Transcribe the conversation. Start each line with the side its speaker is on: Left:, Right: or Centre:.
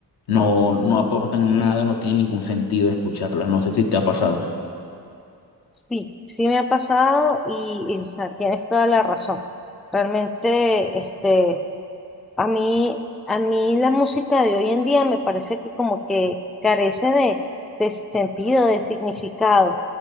Left: no, no aportan nada, no tienen ningún sentido escucharlas. No sé si te ha pasado.
Centre: Sí, sí me ha pasado y, y, o sea, tienes toda la razón. Realmente, este, a mí, a mí la música de hoy en día me parece que como que carece de, de sentido, de significado,